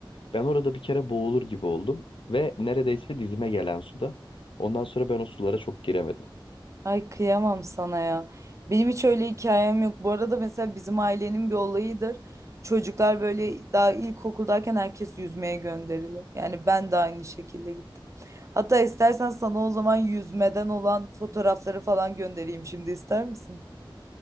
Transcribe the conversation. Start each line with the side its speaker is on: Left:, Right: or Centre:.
Left: Ben orada bir kere boğulur gibi oldum. Ve neredeyse dizime gelen suda. Ondan sonra ben o sulara çok giremedim.
Right: Ay kıyamam sana ya. Benim hiç öyle hikayem yok. Bu arada mesela bizim ailenin bir olayıdır. Çocuklar böyle daha ilkokuldayken herkes yüzmeye gönderilir. Yani ben de aynı şekilde gittim. Hatta istersen sana o zaman yüzmeden olan fotoğrafları falan göndereyim şimdi ister misin?